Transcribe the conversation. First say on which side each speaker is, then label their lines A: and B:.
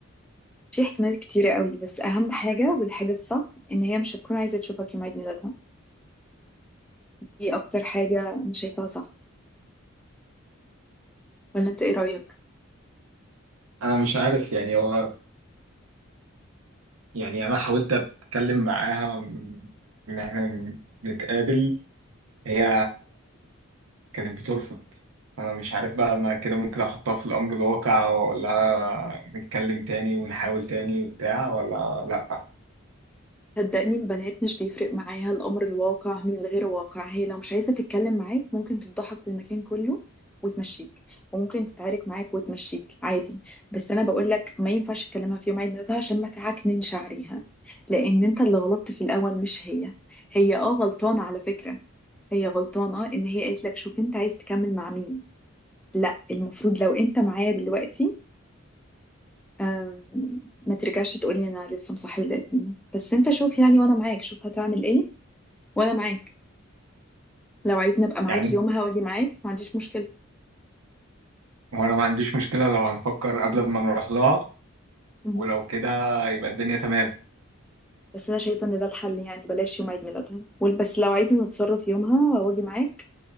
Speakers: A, in the centre; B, on the right (about 75°).
A: في احتمالات كتيرة قوي بس أهم حاجة والحاجة الصح إن هي مش هتكون عايزة تشوفك يوم عيد ميلادها دي أكتر حاجة أنا شايفاها صح ولا أنت إيه رأيك؟
B: انا مش عارف يعني هو يعني انا حاولت اتكلم معاها ان احنا نتقابل هي كانت بترفض انا مش عارف بقى انا كده ممكن احطها في الامر الواقع ولا نتكلم تاني ونحاول تاني وبتاع ولا لا
A: صدقني البنات مش بيفرق معاها الأمر الواقع من الغير واقع هي لو مش عايزة تتكلم معاك ممكن تفضحك في المكان كله وتمشيك وممكن تتعارك معاك وتمشيك عادي بس أنا بقول لك ما ينفعش تكلمها في يوم عيد ميلادها عشان ما تعكننش عليها لأن أنت اللي غلطت في الأول مش هي هي أه غلطانة على فكرة هي غلطانة إن هي قالت لك شوف أنت عايز تكمل مع مين لا المفروض لو أنت معايا دلوقتي آم، ما ترجعش تقولي أنا لسه مصاحب القديم بس أنت شوف يعني وأنا معاك شوف هتعمل إيه وانا معاك لو عايزني ابقى معاك
B: يعني
A: يومها واجي معاك ما عنديش مشكله
B: وانا ما عنديش مشكلة لو هنفكر قبل ما نروح لها
A: مهم.
B: ولو كده يبقى الدنيا تمام
A: بس انا شايفه ان ده الحل يعني بلاش يوم عيد ميلادها وال- بس لو عايزه نتصرف يومها واجي معاك